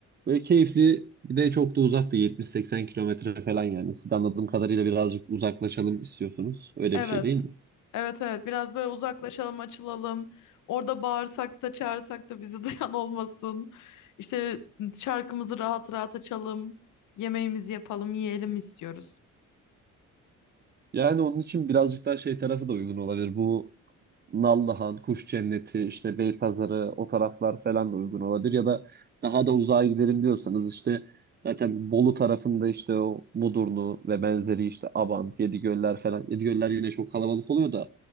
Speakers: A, on the right (about 35°); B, on the left (about 85°).
A: böyle keyifli bir de çok da uzak da 70-80 kilometre falan yani siz de anladığım kadarıyla birazcık uzaklaşalım istiyorsunuz öyle
B: Evet.
A: bir şey değil mi?
B: Evet evet biraz böyle uzaklaşalım açılalım. Orada bağırsak da çağırsak da bizi <laughs> duyan olmasın. İşte şarkımızı rahat rahat açalım. Yemeğimizi yapalım yiyelim istiyoruz.
A: Yani onun için birazcık daha şey tarafı da uygun olabilir. Bu Nallıhan, Kuş Cenneti, işte Beypazarı o taraflar falan da uygun olabilir. Ya da daha da uzağa gidelim diyorsanız işte zaten Bolu tarafında işte o Mudurnu ve benzeri işte Abant, Yedigöller falan. Yedigöller yine çok kalabalık oluyor da